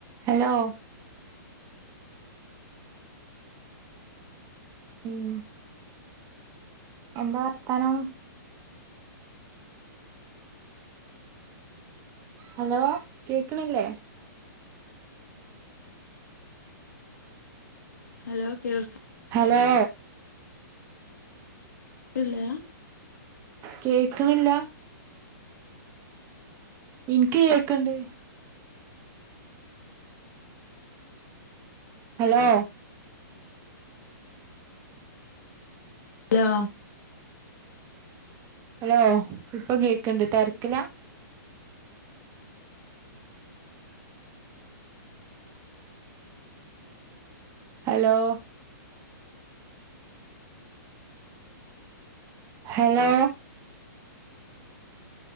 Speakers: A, on the right; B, on the left.
A: ഹലോ ഉം എന്താ വർത്താനം ഹലോ കേക്കണില്ലേ
B: ഹലോ കേൾക്ക
A: ഹലോ
B: ക്ക്ഇല്ല
A: കേക്കണില്ല ഇനിക്ക് കേക്കണ്ട് ഹലോ
B: ഹലോ
A: ഹലോ ഇപ്പൊ കേക്കണ്ട് തെരക്കിലാ ഹലോ ഹലോ